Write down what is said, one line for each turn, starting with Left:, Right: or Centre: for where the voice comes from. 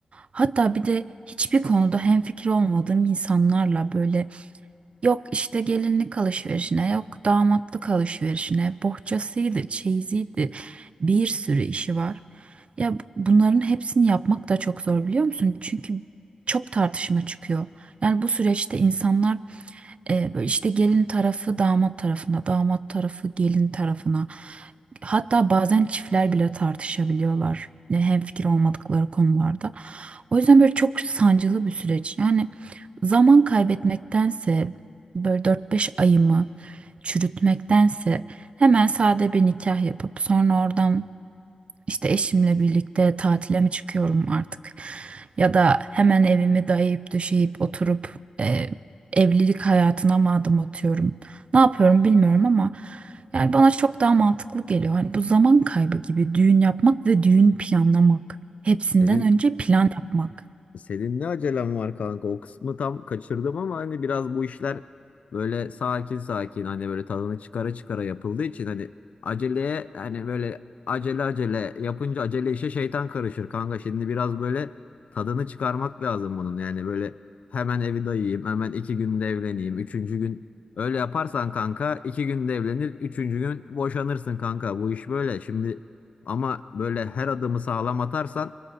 Right: hatta bir de hiçbir konuda hemfikir olmadığım insanlarla böyle yok işte gelinlik alışverişine, yok damatlık alışverişine, bohçasıydı, çeyiziydi bir sürü işi var. Ya bu- bunların hepsini yapmak da çok zor biliyor musun? Çünkü çok tartışma çıkıyor. Yani bu süreçte insanlar e, böyle işte gelin tarafı damat tarafına, damat tarafı gelin tarafına. Hatta bazen çiftler bile tartışabiliyorlar. Yani hemfikir olmadıkları konularda. O yüzden böyle çok sancılı bir süreç. Yani zaman kaybetmektense böyle 4-5 ayımı çürütmektense hemen sade bir nikah yapıp sonra oradan işte eşimle birlikte tatile mi çıkıyorum artık? Ya da hemen evimi dayayıp döşeyip oturup e, evlilik hayatına mı adım atıyorum? Ne yapıyorum bilmiyorum ama yani bana çok daha mantıklı geliyor. Hani bu zaman kaybı gibi düğün yapmak ve düğün planlamak. Hepsinden
Left: Senin
Right: önce plan yapmak.
Left: senin ne acelen var kanka? O kısmı tam kaçırdım ama hani biraz bu işler böyle sakin sakin hani böyle tadını çıkara çıkara yapıldığı için hani aceleye hani böyle acele acele yapınca acele işe şeytan karışır kanka. Şimdi biraz böyle tadını çıkarmak lazım bunun. Yani böyle hemen evi dayayayım, hemen iki günde evleneyim, üçüncü gün öyle yaparsan kanka iki günde evlenir, üçüncü gün boşanırsın kanka. Bu iş böyle. Şimdi ama böyle her adımı sağlam atarsan